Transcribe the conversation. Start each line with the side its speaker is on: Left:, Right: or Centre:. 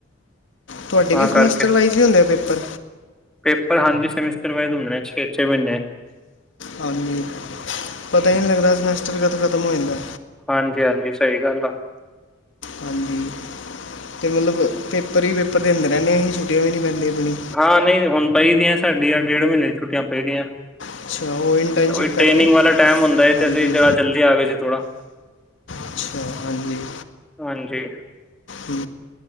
Left: ਤੁਹਾਡੇ
Centre: ਤਾਂ
Left: ਵੀ ਸਮੈਸਟਰ
Centre: ਕਰਕੇ
Left: ਵਾਈਜ਼ ਹੀ ਹੁੰਦਾ ਪੇਪਰ।
Centre: ਪੇਪਰ ਹਾਂਜੀ ਸਮੈਸਟਰ ਵਾਈਜ਼ ਹੁੰਦੇ ਨੇ ਛੇ ਛੇ ਮਹੀਨੇ।
Left: ਹਾਂਜੀ ਪਤਾ ਹੀ ਨਹੀਂ ਲੱਗਦਾ ਸਮੈਸਟਰ ਕਦੋਂ ਖਤਮ ਹੋ ਜਾਂਦਾ।
Centre: ਹਾਂਜੀ ਹਾਂਜੀ ਸਹੀ ਗੱਲ ਆ।
Left: ਹਾਂਜੀ ਅਤੇ ਮਤਲਬ ਪੇਪਰ ਹੀ ਪੇਪਰ ਦਿੰਦੇ ਰਹਿੰਦੇ ਅਸੀਂ ਛੁੱਟੀਆਂ ਵੀ ਨਹੀਂ ਪੈਂਦੀ ਆਪਣੀ।
Centre: ਹਾਂ ਨਹੀਂ ਹੁਣ ਪਈ ਦੀਆਂ ਸਾਡੀ ਆ ਡੇਢ ਮਹੀਨੇ ਦੀ ਛੁੱਟੀਆਂ ਪਈ ਦੀਆਂ
Left: ਅੱਛਾ ਉਹ ਇੰਟਰਨਸ਼ਿਪ
Centre: ਉ ਟ੍ਰੇਨਿੰਗ
Left: ਕਰਕੇ
Centre: ਵਾਲਾ ਟੈਮ ਹੁੰਦਾ
Left: ਹਾਂਜੀ
Centre: ਤੇ ਅਸੀਂ ਜਿਹੜਾ ਜਲਦੀ ਆ ਗਏ ਸੀ ਥੋੜਾ
Left: ਅੱਛਾ, ਹਾਂਜੀ
Centre: ਹਾਂਜੀ।
Left: ਹ